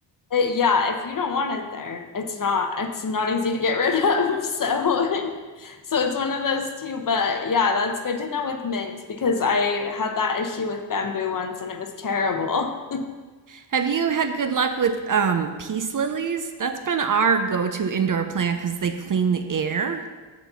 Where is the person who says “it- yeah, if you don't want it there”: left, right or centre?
Left